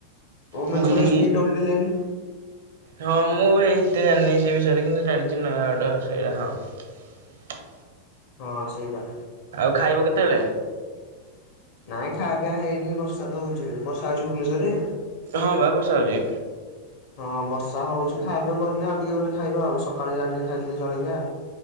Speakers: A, on the left; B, on the right.
A: ଓମେନ୍ସ
B: ମୁଁ କହିଲି
A: କଲେଜ ପିଡବ୍ଲୁଲେନ୍।
B: ହଁ ମୁଁ ଏତେ ଜାଣିନି ସେ ବିଷୟରେ କିନ୍ତୁ ଜାଣିଛି ନୟାଗଡ ସେଇଟା ହଁ। <inaudible>
A: ହଁ ସେଇଟା।
B: ଆଉ ଖାଇବ କେତେବେଳେ?
A: କାଇଁ ଖାଇବା ପିଇବା ତ ହେଇନି ବର୍ଷା ତ ହଉଛି ବର୍ଷା ହଉଛି ଭୁବନେଶ୍ୱରରେ?
B: ହଁ ବା ବର୍ଷା ହଉଛି।
A: ହଁ ବର୍ଷା ହଉଛି ଖାଇବା କରିନି ଆଉ ଟିକେ ଗଲେ ଖାଇବା ଆଉ ସକାଳେ ଯାହା ଟିକେ ଖାଇଥିଲି ଜଳଖିଆ।